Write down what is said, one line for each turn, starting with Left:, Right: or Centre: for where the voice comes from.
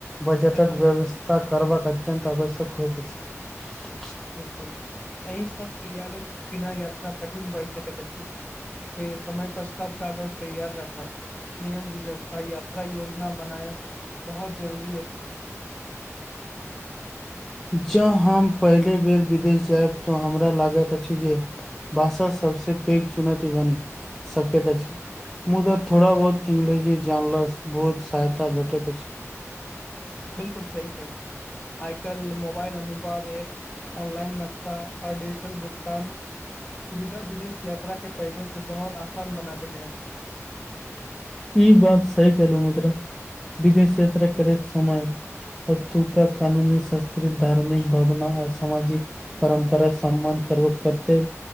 Centre: बजेटक व्यवस्था करबाक अत्यंत आवश्यक होइत अछि
Left: बिलकुल एहि सब तैयारे बिना यात्रा कठिन भए सकैत अछि त समय पर सब कागज तैयार रखब नियम बुझब आ यात्रा योजना बनायब बहुत जरूरी अछि
Centre: जँ हम पहिले बेर विदेश जायब तऽ हमरा लागैत अछि जे भाषा सबस पैघ चुनौती बनी सकैत अछि मुद्दा थोड़ा बहुत इंग्रेजी जानल बहुत सहायता भेटैत अछि
Left: बिलकुल सही कहलियए आइ कल मोबाइल अनुवाद ऐप ऑनलाइन नक्शा आओर डिजिटल भुगतान सुविधा विदेश यात्रा के पढ़ने से बहुत आसान बना देने अछि
Centre: ई बात सी करू मित्र विदेश यात्रा करैत समय ओतुका कानूनी संस्कृत धार्मिक भावना औ सामाजिक परम्परा सम्मान करब पतेव